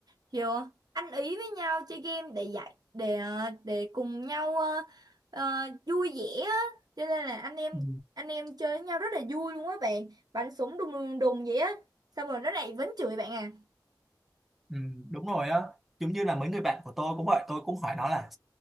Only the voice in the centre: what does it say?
ừ,
ừ, đúng rồi á giống như là mấy người bạn của tôi cũng vậy tôi cũng hỏi nó là